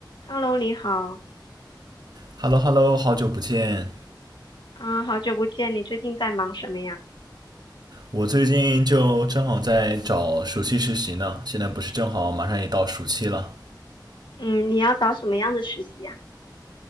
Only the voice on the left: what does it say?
Hello，你好，
啊，好久不见，你最近在忙什么呀？
嗯，你要找什么样的实习呀？